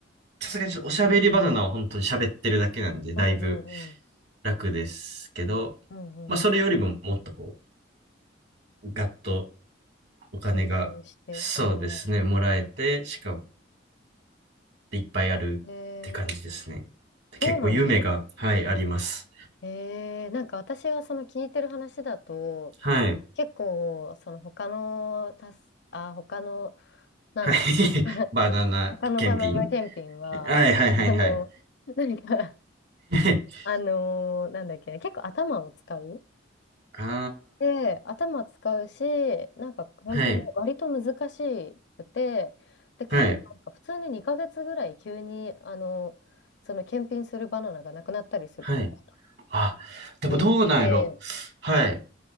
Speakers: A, on the right; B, on the left.
A: さすがにちょっとおしゃべりバナナを本当に喋ってるだけなんで、だいぶ
B: うんうんうん。
A: 楽ですけど、
B: うんうん。
A: まあそれよりももっとこう、ガッとお金が、
B: 集中して。
A: そうですね、
B: ああ。
A: もらえて、しかもいっぱいあるって感じですね。
B: ええそうなんです。
A: 結構夢が、はい、あります。
B: ええなんか私はその聞いてる話だと、
A: はい。
B: 結構、その他の、たす、あ、他の、なんだろう。
A: はい。<laughs>
B: <laughs>
A: バナナ検品
B: 他のバナナ検品は、
A: はいはいはいはい。
B: あの、なんか、
A: <laughs>
B: あのなんだっけ、結構頭を使う。
A: あ
B: で、頭使うし、なんか本当に割と難しくて、
A: あ、はい、
B: で、かつなんか普通に2ヶ月ぐらい急に、
A: はい、
B: あの、その検品するバナナがなくなったりするみたいな
A: はい。あ、でもどうなんやろはい。
B: 聞いて、